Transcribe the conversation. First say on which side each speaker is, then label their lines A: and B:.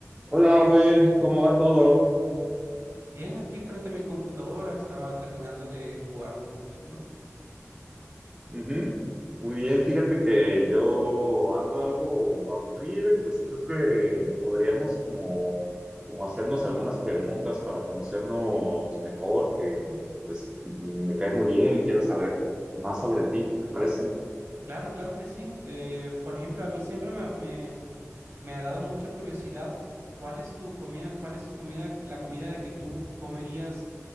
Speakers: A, on the right; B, on the right.
A: Hola, Owen, ¿cómo va todo?
B: Bien, aquí frente a mi computadora estaba terminando de jugar un poquito.
A: Ujú, Muy bien, fíjate que yo ando algo aburrido y pues creo que podríamos como, como hacernos algunas preguntas para conocernos mejor, que, que, pues me caes muy bien y quiero saber más sobre ti, ¿te parece?
B: Claro, claro que sí. Eh, por ejemplo, a mí siempre me, me, me ha dado mucha curiosidad cuál es tu comida, cuál es tu comida, la comida de que tú comerías,